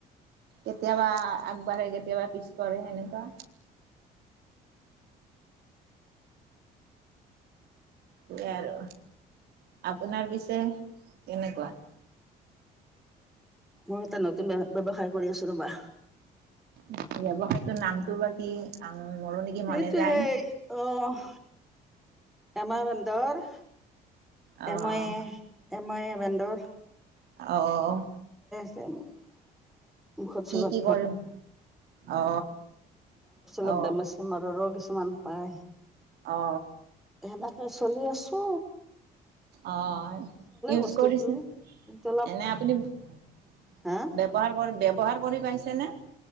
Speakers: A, on the right; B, in the centre.
A: কেতিয়াবা আগবাঢ়ে কেতিয়াবা পিছ পৰে সেনেকুৱা সেয়াই আৰু আপোনাৰ পিছে কেনেকুৱা
B: মই এটা নতুন ব্য ব্যৱসায় কৰি আছো ৰবা।
A: ব্যৱসায়ৰ টো নামটো বা কি? মোৰো নেকি
B: সেইটো
A: মনে যায়
B: সেই আহ এমাৰ বন্দৰ
A: অ
B: এময়ে এময়ে বেন্দৰ
A: অ'
B: <unintelligible> মুখত
A: কি
B: চুখত
A: কি কৰিম অ
B: কিছুমান
A: অ
B: পায়
A: অ অ
B: সেনেকে চলি আছো
A: অ ইউজ
B: বস্তুটো
A: কৰিছে
B: কিন্তু অলপ
A: এনে আপুনি ব্যৱহাৰ
B: হা
A: কৰি ব্যৱহাৰ কৰি পাইছে ন